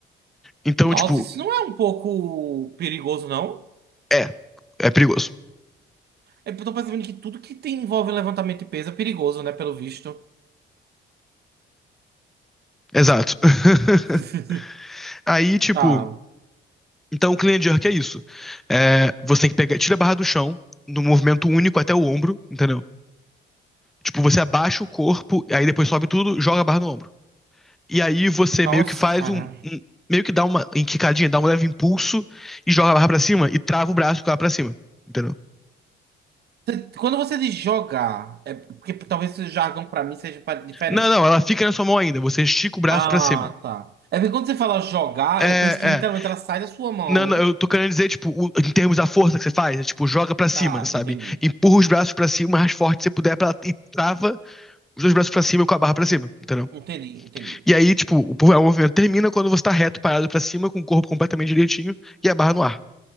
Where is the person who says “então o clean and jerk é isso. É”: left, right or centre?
Centre